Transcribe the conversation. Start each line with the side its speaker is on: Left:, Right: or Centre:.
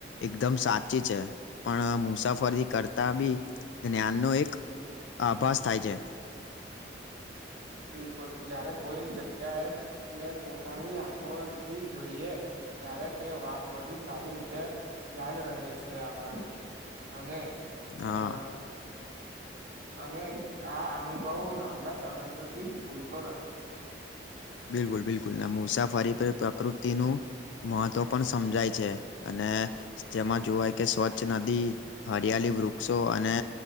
Left: એકદમ સાચી છે, પણ મુસાફરી કરતા બી જ્ઞાનનો એક આભાસ થાય છે. <unintelligible>
Right: બિલકુલ, જયારે કોઈ જગ્યા એને પોતાની આંખોથી જોઈએ. ત્યારે તે વાત વધુ સારી રીતે યાદ રહે છે, આપણાને અને.
Left: હા.
Right: અ અને આ અનુભવ લાંબા સમય સુધી ભૂલતો નથી
Left: બિલકુલ બિલકુલ ના મુસાફરી પ્રકૃતિનું મહત્વ પણ સમજાય છે, અને જેમાં જોવાય કે સ્વચ્છ નદી હરિયા લી વૃક્ષો અને